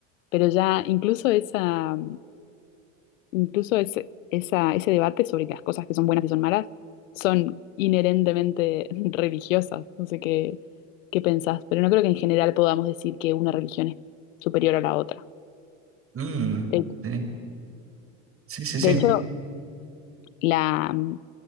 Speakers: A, on the left (about 80°); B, on the right (about 35°).
A: pero ya incluso esa, Incluso ese, esa- ese debate sobre las cosas que son buenas y son malas son inherentemente <laughs> religiosas. No sé qué, qué pensás, pero no creo que en general podamos decir que una religión es superior a la otra.
B: Mm,
A: De,
B: sí, sí, sí, sí,
A: de hecho, la, mm,